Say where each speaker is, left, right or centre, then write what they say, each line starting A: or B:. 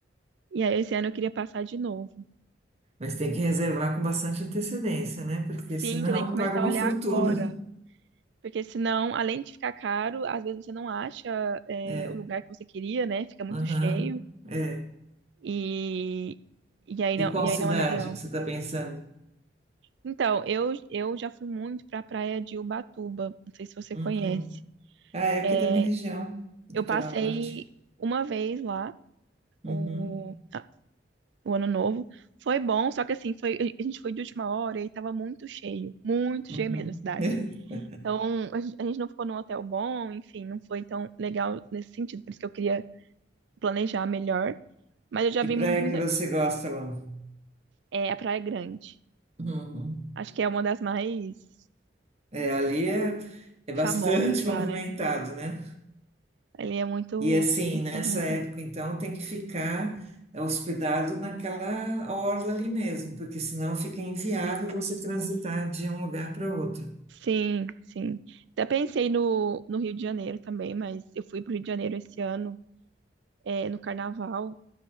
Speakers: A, on the right; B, on the right.
A: E aí esse ano eu queria passar de novo.
B: Mas tem que reservar com bastante antecedência, né? Porque
A: Sim,
B: senão
A: então tem que começar
B: <laughs> paga uma
A: a olhar
B: fortuna.
A: agora. Porque senão, além de ficar caro, às vezes você não acha, é,
B: É,
A: o lugar que você queria, né? Fica muito
B: aham,
A: cheio
B: é.
A: e, e aí
B: E
A: não,
B: qual
A: e
B: cidade
A: aí não é legal.
B: que você está pensando?
A: Então, eu, eu já fui muito pra praia de Ubatuba. Não sei se você
B: Uhum.
A: conhece.
B: Ah, é aqui
A: É,
B: da minha região, Litoral
A: Eu passei
B: Norte.
A: uma vez lá.
B: Uhum,
A: o, a- o ano novo. Foi bom, só que assim, foi, a gente foi de última hora e aí tava muito cheio, muito
B: uhum.
A: cheio mesmo a cidade.
B: <laughs>
A: Então, a gen- a gente não ficou num hotel bom, enfim, não foi tão legal nesse sentido, por isso que eu queria planejar melhor. Mas eu já
B: Que
A: vi
B: praia
A: mu- muita.
B: que você gosta, lá?
A: É, a Praia Grande.
B: Uhum.
A: Acho que é uma das mais
B: É, ali é, é bastante
A: famosas lá,
B: <laughs> movimentado,
A: né?
B: né?
A: Ali é muito,
B: E assim,
A: muito
B: nessa
A: movimentada.
B: época, então, tem que ficar eh, hospedado naquela orla ali mesmo, porque senão fica inviável você transitar de um lugar para outro.
A: Sim, sim. Até pensei no, no Rio de Janeiro também, mas eu fui pro Rio de Janeiro esse ano, é, no Carnaval.